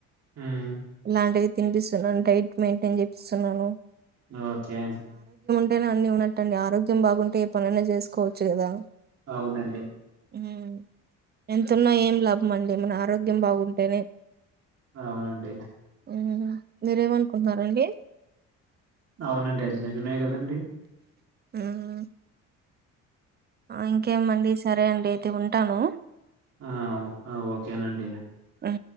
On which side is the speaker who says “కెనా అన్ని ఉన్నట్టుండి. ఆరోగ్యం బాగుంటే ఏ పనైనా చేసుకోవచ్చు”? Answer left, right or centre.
Right